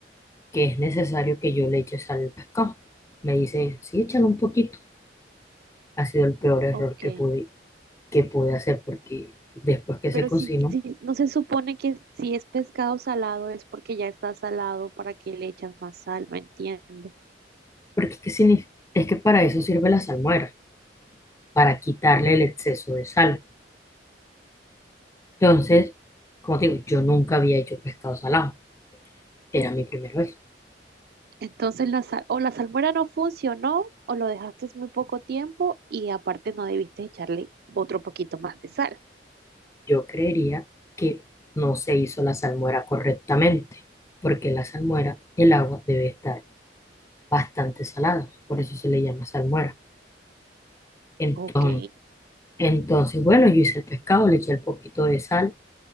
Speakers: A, on the left (about 15°); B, on the right (about 60°).
A: que es necesario que yo le eche sal al pescado? Me dice, sí, échale un poquito. Ha sido el peor error
B: ok.
A: que pude, que pude hacer porque después que
B: Pero
A: se cocinó,
B: si, si no se supone que si es pescado salado es porque ya está salado para que le echas más sal, no entiendo.
A: porque ¿qué significa? Es que para eso sirve la salmuera, para quitarle el exceso de sal. Entonces, como te digo, yo nunca había hecho pescado salado, era mi primera vez.
B: Entonces la sal, o la salmuera no funcionó o lo dejaste muy poco tiempo y aparte no debiste echarle otro poquito más de sal.
A: yo creería que no se hizo la salmuera correctamente, porque la salmuera, el agua debe estar bastante salada, por eso se le llama salmuera. Entonces,
B: Ok,
A: entonces, bueno, yo hice el pescado, le eché un poquito de sal